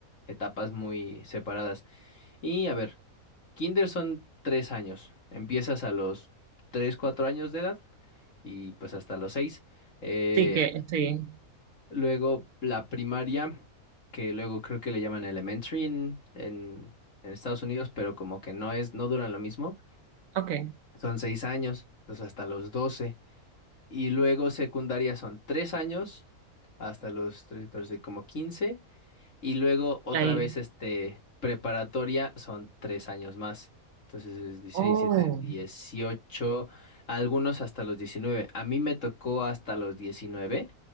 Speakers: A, on the left; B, on the right.
A: etapas muy separadas. Y a ver, kinder son tres años. Empiezas a los tres, cuatro años de edad y pues hasta los seis. Eh,
B: Sí que, sí.
A: luego la primaria, que luego creo que le llaman elementary en, en, en Estados Unidos, pero como que no es, no duran lo mismo.
B: Ok,
A: Son seis años, entonces hasta los doce. Y luego secundaria son tres años, hasta los tres, 14, como quince. Y luego otra
B: y ahí.
A: vez, este, preparatoria son tres años más. Entonces es 16,
B: Oh.
A: 17, 18, algunos hasta los diecinueve A mí me tocó hasta los diecinueve